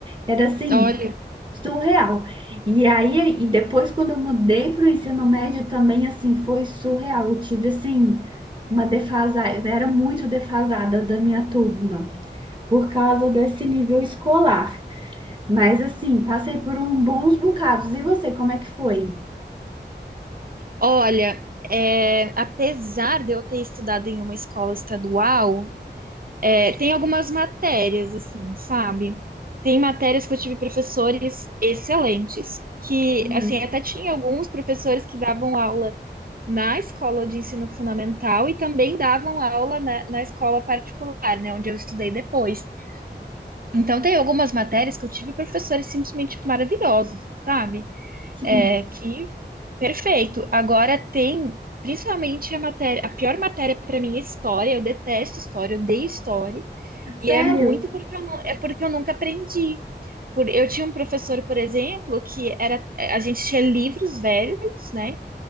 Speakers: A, on the right (about 25°); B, on the right (about 55°).
A: Era assim,
B: Olha,
A: Surreal. E aí, e depois, quando eu mudei para o ensino médio, também, assim, foi surreal. Eu tive, assim, uma defasada, eu era muito defasada da minha turma, por causa desse nível escolar. Mas, assim, passei por um bons bocados. E você, como é que foi?
B: olha, é, apesar de eu ter estudado em uma escola estadual, É, tem algumas matérias, assim, sabe? Tem matérias que eu tive professores excelentes, que,
A: Uhum.
B: assim, até tinha alguns professores que davam aula na escola de ensino fundamental e também davam aula na, na escola particular, né, onde eu estudei depois. Então, tem algumas matérias que eu tive professores simplesmente maravilhosos, sabe?
A: Sim.
B: É, que perfeito. Agora, tem, principalmente, a matéria, a pior matéria para mim é história. Eu detesto história, eu odeio história. E
A: Sério?
B: é muito porque eu não, é porque eu nunca aprendi. Por, eu tinha um professor, por exemplo, que era, a gente tinha livros velhos, né?